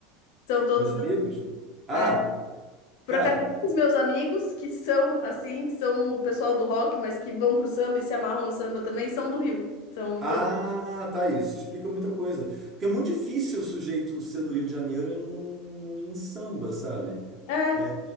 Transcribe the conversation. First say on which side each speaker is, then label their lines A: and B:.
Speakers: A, on the left; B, on the right.
A: São todos
B: meus
A: da.
B: amigos. Ah,
A: é. Por
B: cara.
A: acaso, esses meus amigos que são, assim, que são o pessoal do rock, mas que vão pro samba e se amarram no samba também, são do Rio. São
B: Ah,
A: todos.
B: tá, isso explica muita coisa. Porque é muito difícil o sujeito ser do Rio de Janeiro e não em samba, sabe?
A: É,
B: É,